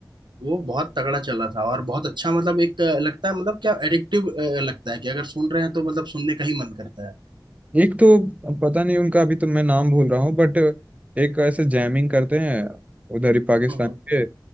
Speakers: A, on the right; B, on the right.
A: वो बहुत तगड़ा चला था और बहुत अच्छा मतलब एक अ, लगता है मतलब क्या एडिक्टिव लगता है कि अगर सुन रहे हैं तो मतलब सुनने का ही मन करता
B: एक तो पता नहीं उनका अभी तो मैं नाम भूल रहा हूँ बट एक ऐसे जैमिंग करते हैं उधर ही पाकिस्तान
A: है
B: के